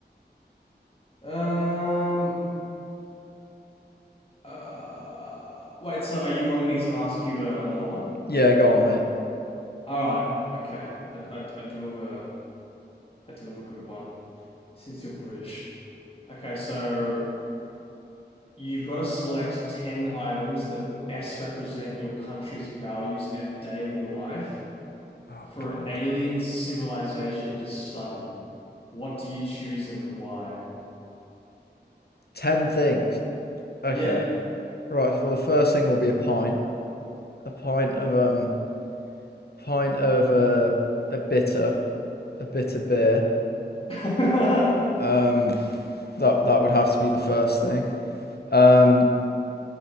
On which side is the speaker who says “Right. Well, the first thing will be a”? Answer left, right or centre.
Left